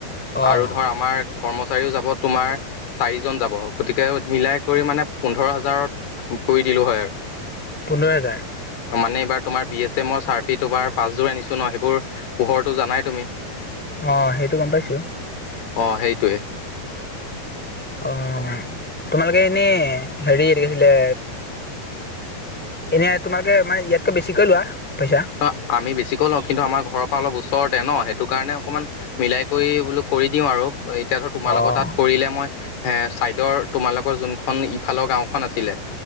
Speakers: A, in the centre; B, on the left (about 80°).
A: অ'।
B: আৰু ধৰ আমাৰ কৰ্মচাৰীও যাব তোমাৰ, চাৰিজন যাব গতিকে মিলাই কৰি মানে পোন্ধৰ হাজাৰত কৰি দিলো হয় আৰু।
A: পোন্ধৰ হেজাৰ।
B: মানে এইবাৰ তোমাৰ বি এছ এমৰ চাৰ্ফি তোমাৰ পাছযোৰ আনিছো ন সেইবোৰ পোহৰটো জানাই তুমি
A: অ সেইটো গম পাইছো।
B: অ সেইটোয়ে।
A: অ তোমালোকে এনেই হেৰি ৰিলে এনে তোমালোকে মানে ইয়াতকৈ বেছিকৈ লোৱা? পইচা।
B: অ আমি বেছিকৈ লওঁ কিন্তু আমাৰ ঘৰৰ পৰা অলপ ওচৰত ন সেইটো কাৰণে অকমান মিলাই কৰি বোলো কৰি দিও আৰু এতিয়া ধৰ তোমাৰ
A: অ',
B: লগত তাত কৰিলে মই এ চাইডৰ তোমালোকৰ যোনখন ইফালৰ গাওখন আছিলে